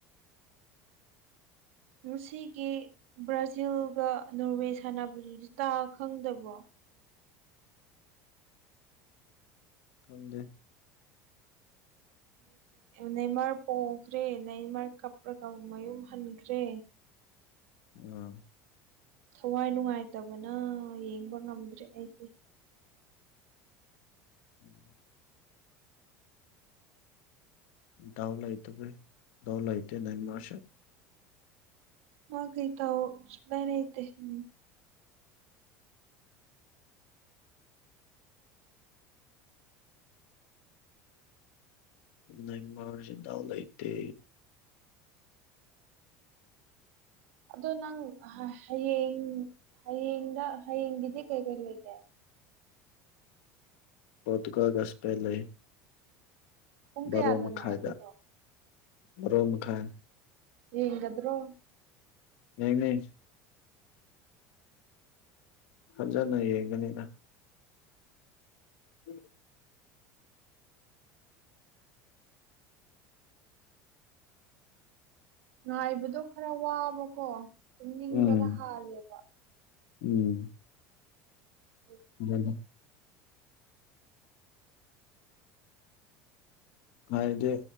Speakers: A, on the right (about 80°); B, on the left (about 75°).
A: ꯁꯤꯒꯤ ꯕ꯭ꯔꯥꯖꯤꯜꯒ ꯅꯣꯔꯋꯦ ꯁꯥꯟꯅꯕꯗꯨꯗꯤ ꯇꯥ ꯈꯪꯗꯕꯣ
B: ꯀꯪꯗ
A: ꯅꯩꯃꯔ ꯄꯣꯈ꯭ꯔꯦ ꯅꯩꯃꯔ ꯀꯞꯄꯒ ꯃꯌꯨꯝ ꯍꯟꯈ꯭ꯔꯦ
B: ꯎꯝ
A: ꯊꯋꯥꯏ ꯅꯨꯡꯉꯥꯏꯇꯕꯅ ꯌꯦꯡꯕ ꯉꯝꯗ꯭ꯔꯦ ꯑꯩꯗꯤ
B: ꯎꯝ ꯗꯗꯥꯎꯂ ꯑꯇ ꯩ ꯗꯎꯂꯥꯏꯇ ꯅꯟ ꯃꯥꯁꯦ
A: ꯃꯥꯒ ꯇ ꯃꯅꯦ ꯎꯝ
B: ꯅꯃꯁꯤꯗꯥꯎ ꯂꯩꯇꯦ
A: ꯑꯗꯣ ꯅꯪ ꯍꯌꯦꯡ ꯍꯌꯦꯡꯗ ꯍꯌꯦꯡꯒꯤꯗꯤ ꯀꯩ ꯀꯩ ꯂꯩꯒꯦ
B: ꯄꯣꯠꯇꯀꯒꯁꯤꯄ ꯂꯩ
A: ꯄꯨꯡ
B: ꯕꯥꯣꯔꯣ
A: ꯀꯌꯥꯗꯅꯣ
B: ꯃꯈꯥꯏꯗ
A: ꯑꯗꯨꯗꯣ
B: ꯕꯣꯔꯣ ꯃꯈꯥꯏ
A: ꯌꯦꯉꯗ꯭ꯔꯣ
B: ꯍꯅꯦ ꯍꯖꯅ ꯌꯦꯡꯒꯅꯤꯅ ꯎꯝ
A: ꯉꯥꯏꯕꯗꯣ ꯈꯔ ꯋꯥꯕꯀꯣ ꯇꯨꯝꯅꯤꯡꯕꯅ
B: ꯎꯝ
A: ꯍꯥꯜꯂꯦꯕ
B: ꯎꯝ
A: ꯎꯝ
B: ꯑꯗꯨ ꯍꯥꯏꯗꯤ